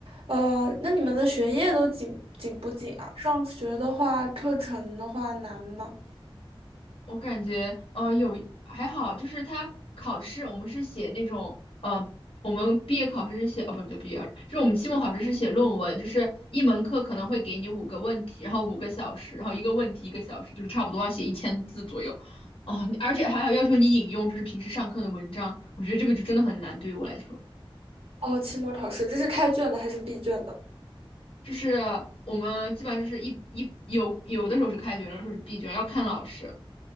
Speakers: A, on the right; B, on the left.
A: 呃，那你们的学业都紧紧不紧啊？上学的话，课程的话难吗？
B: 我感觉，呃，有还好，就是他考试，我们是写那种，呃，我们毕业考试是写，哦，不对，毕业考试就是我们期末考试是写论文，就是一门课可能会给你五个问题，然后五个小时，然后一个问题一个小时，就是差不多要写一千字左右。哦，而且还要要求你引用，就是平时上课的文章，我觉得这个就真的很难，对于我来说，
A: 哦，期末考试，这是开卷的还是闭卷的？
B: 就是我们基本上就是一一有有的时候是开卷，有的时候是闭卷，要看老师。